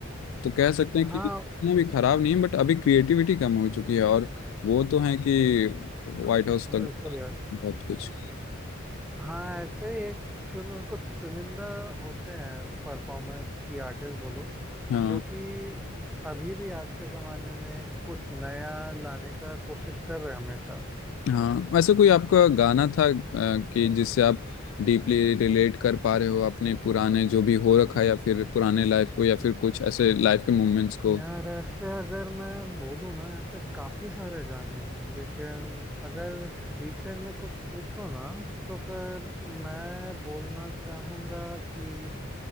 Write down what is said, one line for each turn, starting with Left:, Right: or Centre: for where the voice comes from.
Left: तो कह सकते हैं कि
Centre: हाँ
Left: इतना भी खराब नहीं है बट अभी क्रिएटिविटी कम हो चुकी है और वो तो है कि व्हाइट हाउस तक
Centre: बिल्कुल यार
Left: बहुत कुछ
Centre: हाँ ऐसे ही एक चुन कुछ चुनिंदा होते हैं परफॉर्मर्स की आर्टिस्ट बोलो
Left: हाँ
Centre: जो कि अभी भी आज के ज़माने में कुछ नया लाने का कोशिश कर रहे हैं हमेशा
Left: हाँ वैसे कोई आपका गाना था अ, कि जिससे आप डीपली रिलेट कर पा रहे हो अपने पुराने जो भी हो रखा है या फिर पुराने लाइफ को या फिर कुछ ऐसे लाइफ के मोमेंट्स को
Centre: यार
Left: <laughs>
Centre: ऐसे अगर मैं बोलूँ ना ऐसे काफ़ी सारे गाने हैं लेकिन अगर रिसेंट में कुछ पूछो ना तो फिर मैं बोलना चाहूँगा कि